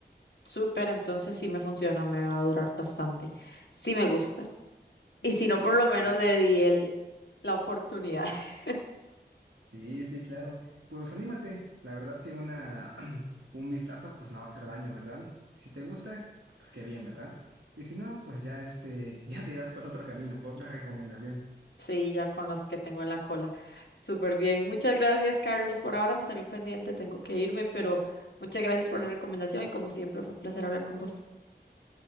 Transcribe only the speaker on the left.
Súper, entonces sí me funciona, me va a durar bastante. Sí me gusta. Y si no, por lo
menos le di el, la oportunidad. <laughs>
Sí, ya con las que tengo en la cola. Súper bien. Muchas gracias, Carlos. Por ahora me salió un pendiente, tengo que irme, pero muchas gracias por la recomendación y como siempre fue un placer hablar con vos.